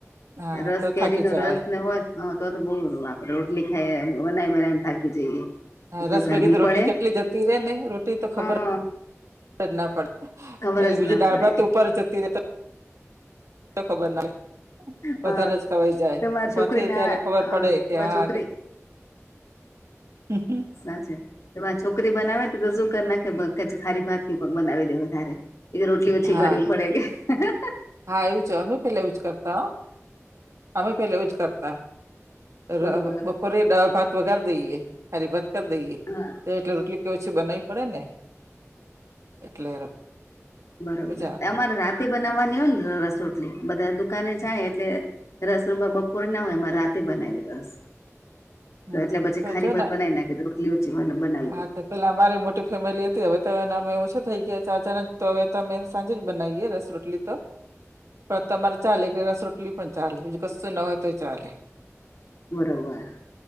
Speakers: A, on the right; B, on the left.
A: હા
B: રસ
A: તો
B: કેરી
A: થાકી
B: નો
A: જવાય
B: રસ ને હોય હ તો તો બહુ આપડે રોટલી ખાઈયે, બનાઇ બનાઇન થાકી જઈએ.
A: હા,
B: એક
A: રસ
B: ગરમી
A: ભેગી તો રોટલી
B: પડે
A: કેટલી જતી રે ને, રોટલી તો ખબર
B: હા
A: જ ના પડે,
B: ખબર
A: અને
B: જ
A: બીજી
B: ના
A: દાળભાત
B: પડે
A: ઉપર જતી રે તો ખબર ના પડે
B: હ,
A: વધારે જ ખવાઈ જાય
B: તમાર
A: ઊભા
B: છોકરી,
A: થઈ
B: ના
A: ત્યારે ખબર પડે
B: હ
A: કે
B: તમાર
A: હા
B: છોકરી <inaudible>
A: હમ્મ હમ્મ
B: સાચે, એમાં છોકરી બનાવે ને તો શું કર નાખે, ભગજ ખારી ભાતથી બનાવી દે વધારે એ રોટલી ઓછી
A: હા
B: કરવી પડે કે, હેંહ
A: હા એવું છ અમે પેલા એવું જ કરતા હો, અમે પેલા એવું જ કરતા.
B: બરોબર
A: ર બપોરે દાળભાત વઘાર દઈએ, ખાલી ભાત કર દઈએ.
B: હા
A: એટલે રોટલી તો ઓછી બનાવી પડે ને એટલે
B: હ બરોબર,
A: મજા આવે
B: તે અમાર રાત તે બનાવવાની હોય ને રસરોટલી, બધા દુકાને જાય એટલે રસ હમારે બપોરે ના હોય, એમે રાતે બનાવે રસ.
A: હમ
B: તો એટલે
A: હમ
B: પછી ખારી
A: જો
B: ભાત
A: ને
B: બનાવી નાખે, તો રોટલી ઓછી બના
A: હા તો પેલા અમારે મોટી ફેમિલી હતી, હવે તો એને અમે ઓછો થઈ ગયા ચાર જણા, તો હવે તો અમે સાંજે જ બનાવીયએ, રસ રોટલી તો. પણ તમારે ચાલે, કે રસ રોટલી પણ ચાલે, બીજુ કશું ન હો તોય ચાલે.
B: બરોબર.